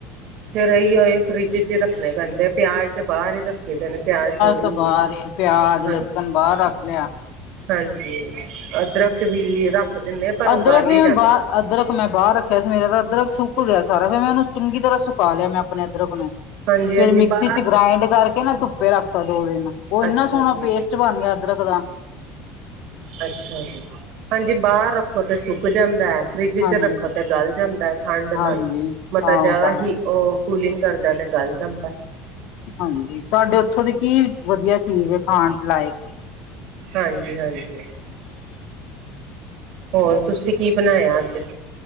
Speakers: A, on the right (about 65°); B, on the left (about 65°).
A: ਫਿਰ ਇਹੀਓ ਏ ਫਰਿੱਜ ਚ ਰੱਖਣੇ ਪੈਂਦੇ, ਪਿਆਜ ਤੇ ਬਾਹਰ ਹੀ ਰੱਖੀ ਦੇ ਨੇ, ਪਿਆਜ
B: ਤਾਂ
A: ਕੀ
B: ਬਾਹਰ
A: ਏ,
B: ਪਿਆਜ
A: ਹਾਂਜੀ
B: ਲਸਣ ਬਾਹਰ ਰੱਖ ਲਿਆ
A: ਹਾਂਜੀ ਅਦਰਕ ਅਸੀ ਵੀ ਰੱਖ ਦਿੰਦੇ ਆ, ਪਰ ਉਹ
B: ਅਦਰਕ
A: ਗੱਲ
B: ਵੀ
A: ਹੀ
B: ਮੈਂ
A: ਜਾਂਦਾ
B: ਬਾਹਰ ਅਦਰਕ ਮੈਂ ਬਾਹਰ ਰੱਖਿਆ ਸੀ ਮੇਰਾ ਤਾਂ ਅਦਰਕ ਸੁੱਕ ਗਿਆ ਸਾਰਾ, ਫਿਰ ਮੈਂ ਉਹਨੂੰ ਚੰਗੀ ਤਰ੍ਹਾਂ ਸੁਕਾ ਲਿਆ ਮੈਂ ਆਪਣੇ ਅਦਰਕ ਨੂੰ
A: ਹਾਂਜੀ
B: ਫੇਿਰ
A: ਹਾਂਜੀ
B: ਮਿਕਸੀ
A: ਬਾਹਰ
B: ਚ ਗ੍ਰਾਇੰਡ ਕਰਕੇ ਫਿਰ ਮੈਂ ਧੁੱਪੇ ਰੱਖਤਾ ਦੋ ਦਿਨ, ਉਹ ਇੰਨਾ
A: ਅੱਛਾ
B: ਸੋਹਣਾ
A: ਜੀ
B: ਪੇਸਟ ਬਣ ਗਿਆ ਅਦਰਕ ਦਾ
A: ਅੱਛਾ ਜੀ, ਹਾਂਜੀ ਬਾਹਰ ਰੱਖੋ ਤੇ ਸੁੱਕ ਜਾਂਦਾ ਹੈ ਫਰਿੱਜ
B: ਹਾਂਜੀ,
A: ਚ ਰੱਖੋ ਤੇ ਗਲ ਜਾਂਦਾ ਹੈ ਠੰਡ ਨਾਲ,
B: ਹਾਂਜੀ
A: ਮਤ
B: ਹਾਂ
A: ਅ ਜ਼ਿਆਦਾ
B: ਉਹ ਤਾਂ ਹੈ
A: ਹੀ ਉਹ ਕੂਲਿੰਗ ਕਰਦਾ, ਤੇ ਗੱਲ ਜਾਂਦਾ
B: ਹਾਂਜੀ ਤੁਹਾਡੇ ਉੱਥੋਂ ਦੀ ਕੀ ਵਧੀਆ ਚੀਜ਼ ਹੈ, ਖਾਣ ਲਾਇਕ
A: ਹਾਂਜੀ ਹਾਂਜੀ ਹੋਰ ਤੁਸੀਂ ਕੀ ਬਣਾਇਆ ਅੱਜ